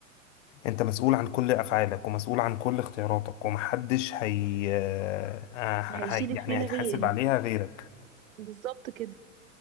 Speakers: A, on the left; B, on the right.
A: انت مسؤول عن كل افعالك ومسؤول عن كل اختياراتك ومحدش هي آه، ه-
B: هيشيل
A: هي
B: الشيله
A: يعني هيتحاسب
B: غيري
A: عليها غيرك
B: بالظبط كده